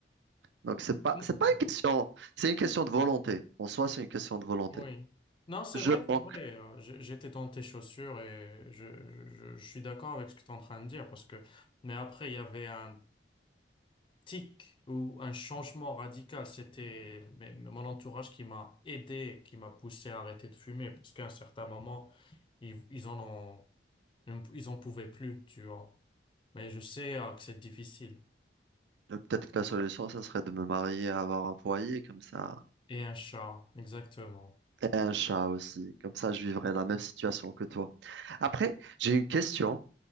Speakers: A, on the right; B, on the left.
A: Donc, c'est pas,
B: Mm,
A: c'est
B: mm.
A: pas une question, c'est une question de volonté. En soi, c'est une question de volonté.
B: Oui. Non, c'est
A: Je
B: vrai,
A: pense
B: c'est vrai.
A: que
B: euh, j'- J'étais dans tes chaussures et je, je, je suis d'accord avec ce que tu es en train de dire parce que, mais après, il y avait un tic ou un changement radical. C'était mais- mais mon entourage qui m'a aidé, qui m'a poussé à arrêter de fumer parce qu'à un certain moment, ils, ils en ont, ils en pouvaient plus, tu vois. Mais je sais, euh, que c'est difficile.
A: peut-être que la solution, ça serait de me marier, avoir un foyer comme ça,
B: Et un chat, exactement.
A: et un chat aussi. Comme ça, je vivrais la même situation que toi. Après, j'ai une question.